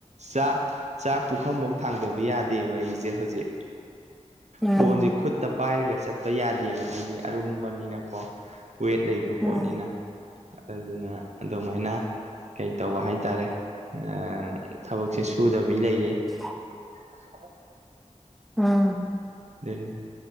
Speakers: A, on the right; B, in the centre.
A: ꯆꯥ ꯆꯥꯛ ꯄꯨꯈꯝꯐꯧ ꯊꯥꯡꯗꯕ ꯌꯥꯗꯦꯕ ꯑꯩꯁꯦ ꯍꯧꯖꯤꯛ
B: ꯎꯝ
A: ꯐꯣꯟꯁꯦ ꯈꯨꯠ ꯈꯨꯠꯇ ꯄꯥꯏꯔꯒ ꯆꯠꯄ ꯌꯥꯗꯦꯕ ꯍꯥꯏꯗꯤ ꯑꯔꯨꯝꯕꯅꯤꯅꯀꯣ ꯋꯦꯠ ꯂꯩꯕ ꯄꯣꯠꯅꯤꯅ
B: ꯎꯝ
A: ꯑꯗꯨꯅ ꯑꯗꯨꯃꯥꯏꯅ ꯀꯩꯇꯧꯕ ꯍꯥꯏꯇꯥꯔꯦ ꯑꯥ ꯊꯕꯛꯁꯦ ꯁꯨꯗꯕꯤ ꯂꯩꯔꯦ
B: <unintelligible>
A: ꯑ ꯑꯃꯨꯛ <unintelligible>
B: ꯎꯝ
A: ꯑꯗꯨ